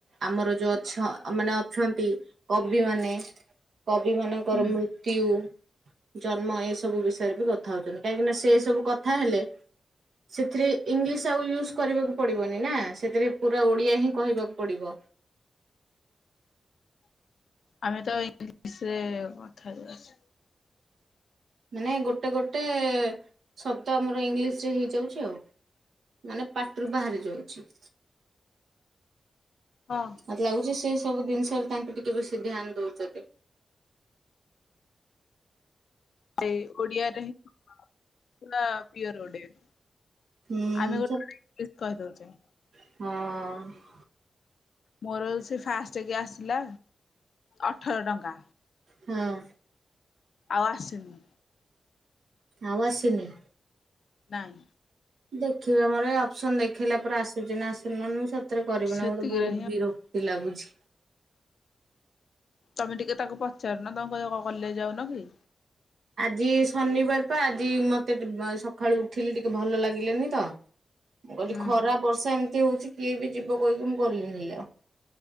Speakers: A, on the right (about 75°); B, on the left (about 75°).
A: ଆମର ଯୋଉ ଅଛ ମାନେ ଅଛନ୍ତି କବି ମାନେ କବି ମାନଙ୍କର
B: ହୁଁ
A: ମୃ ତ୍ୟୁ ଜନ୍ମ ଏ ସବୁ ବିଷୟରେ ବି କଥା ହଉଛନ୍ତି କାହିଁକି ନା ସେ ସବୁ କଥା ହେଲେ। ସେଥିରେ ଇଂଲିଶ ଆଉ ୟୁଜ୍ କରିବାକୁ ପଡିବନି ନା ସେଥିରେ ପୁରା ଓଡ଼ିଆ ହିଁ କହିବାକୁ ପଡିବ।
B: ଆମେ ତ ଇଂଲିଶରେ କଥା ହେଇଯାଉଚେ।
A: ମାନେ ଗୋଟେ ଗୋଟେ ଶବ୍ଦ ଆମର ଇଂଲିଶ ରେ ହେଇଯାଉଚ଼ି ଆଉ। ମାନେ ପାଟିରୁ ବାହାରି ଯାଉଛି।
B: ହଁ।
A: ମତେ ଲାଗୁଛି ସେ ସବୁ ଜିନିଷରେ ତାଙ୍କେ ଟିକେ ବେଶୀ ଧ୍ୟାନ ଦଉଛନ୍ତି।
B: ସେ ଓଡିଆରେ ହିଁ ପୁରା ପିଓର ଓଡିଆ।
A: ହୁଁ
B: ଆମେ ଗୋଟେ ଗୋଟେ ଇଂଲିଶ କହିଦୋଉଛେ।
A: ହଁ।
B: ମୋର ସେ ଫାଷ୍ଟ କି ଆସିଲା ଅଠର ଟଙ୍କା।
A: ହଁ।
B: ଆଉ ଆସୁନି।
A: ଆଉ ଆସିନି?
B: ନାଇଁ।
A: ଦେଖିବା ମୋର ଏଇ ଅପସନ ଦେଖେଇଲା ପରେ ଆସୁଛି ନା ଆସୁନା ନହେଲେ ମୁଁ ସତରେ କରିବିନି
B: ସେତିକିରେ
A: ମତେ ବହୁତ
B: ହିଁ
A: ବିର କ୍ତୀ ଲାଗୁଛି।
B: ତମେ ଟିକେ ତାକୁ ପଚାରୁନ ତମ କହିବ କଣ କଲେଜ ଯାଉନ କି?
A: ଆଜି ଶନିବାର ପା ଆଜି ମତେ ଟି ସକାଳୁ ଉଠିଲି ଟିକେ ଭଲ ଲାଗିଲେନି ତ। ମୁଁ କହିଲି
B: ହୁଁ
A: ଖରା ବର୍ଷା ଏମିତି ହଉଛି କିଏ ବି ଯିବ କହିକି ମୁଁ ଗଲିନି ହେଲା।